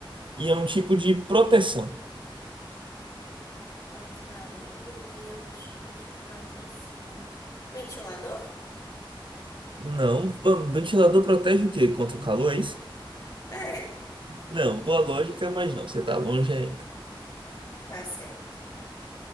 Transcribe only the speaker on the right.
e é um tipo de proteção.
Não, o ventilador protege o quê? Contra o calor, é isso?
Não, boa lógica, mas não, você tá longe ainda.